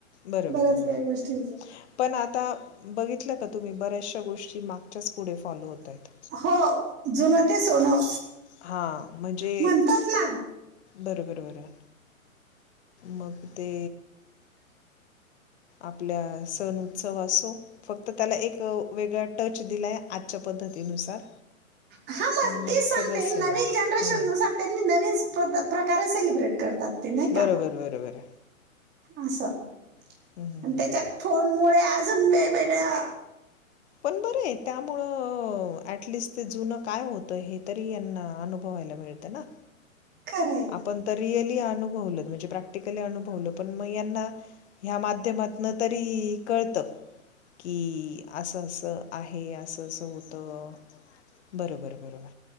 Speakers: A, on the left; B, on the right.
A: बरोबर
B: त्याच
A: बरोबर.
B: काही गोष्टी
A: पण आता बघितलं का तुम्ही बऱ्याचशा गोष्टी मागच्याच पुढे फॉलो होत आहेत.
B: हो जुन ते सोनं
A: हा म्हणजे
B: म्हणतात ना
A: बरोबर बरं. मग ते आपल्या सण उत्सव असो फक्त त्याला एक वेगळ्या टच दिलाय आजच्या पद्धतीनुसार
B: हा मग
A: पण
B: तेच सांगते.
A: सगळं सण
B: नवीन जनरेशन
A: हं.
B: नुसार त्यांनी नवीन पद्ध त, प्रकारे सेलिब्रेट करतात. ते नाही का
A: बरोबर बरोबर
B: असं
A: हं, हं,
B: आणि
A: हं.
B: त्याच्यात फोन मुळे अजून वेगवेगळ्या
A: पण बर आहे त्यामुळं अटलिस्ट ते जुनं काय होतं हे तरी यांना अनुभवायला मिळत ना.
B: खरंय
A: आपण तर रियल ते अनुभवल म्हणजे प्रक्रिटिकली अनुभवलपण म यांना ह्या माध्यमातन तरी कळतं की असं असं आहे असं असं होतं बरोबर बरोबर.